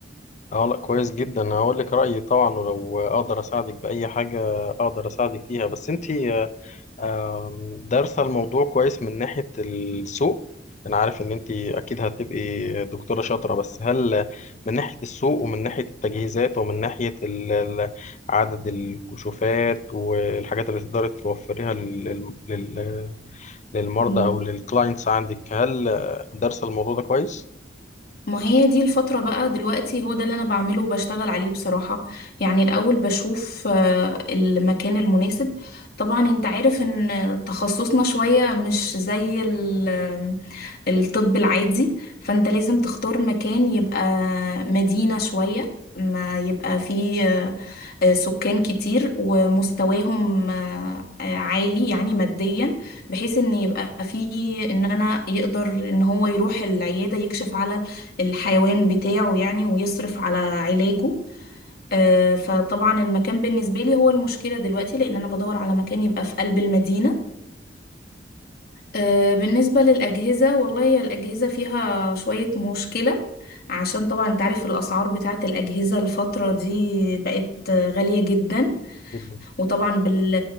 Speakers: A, on the left (about 40°); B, on the left (about 60°).
A: اه لا كويس جدا هقول لك رأيي طبعا ولو اقدر اساعدك بأي حاجة اقدر اساعدك فيها بس انتي آه، آم، دارسة الموضوع كويس من ناحية السوق أنا عارف إن أنت أكيد هتبقي دكتورة شاطرة بس هل من ناحية السوق ومن ناحية التجهيزات ومن ناحية ال- ال- عدد الكشوفات والحاجات اللي تقدري توفريها لل- لل- للمرضى
B: ده
A: أو للكلاينتس عندك هل دارسة الموضوع ده كويس؟
B: ما هي دي الفترة بقى دلوقتي هو ده اللي أنا بعمله وبشتغل عليه بصراحة يعني الأول بشوف آه، المكان المناسب طبعا أنت عارف إن تخصصنا شوية مش زي ال- الطب العادي فأنت لازم تختار مكان يبقى مدينة شوية ما يبقى فيه آه، آه، سكان كتير ومستواهم آه، آه، عالي يعني ماديا بحيث ان يبقى فيه ان انا يقدر ان هو يروح العيادة يكشف على الحيوان بتاعه يعني ويصرف على علاجه آه، فطبعا المكان بالنسبة لي هو المشكلة دلوقتي لأن أنا بدور على مكان يبقى في قلب المدينة آه، بالنسبة للأجهزة والله هي الأجهزة فيها شوية مشكلة عشان طبعا انت عارف الأسعار بتاعت الأجهزة الفترة دي بقت آه، غالية جدا
A: جدا
B: وطبعا بال...